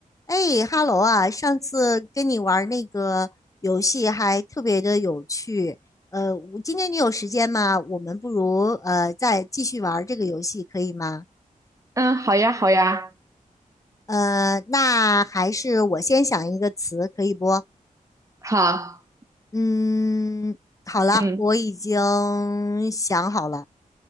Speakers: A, on the left; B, on the right.
A: 哎哈喽啊！上次跟你玩儿那个游戏还特别的有趣。呃，我今天你有时间吗？我们不如呃再继续玩儿这个游戏，可以吗？
B: 嗯，好呀，好呀，
A: 呃，那还是我先想一个词，可以不？
B: 好，
A: 嗯，好了，
B: 嗯，
A: 我已经想好了。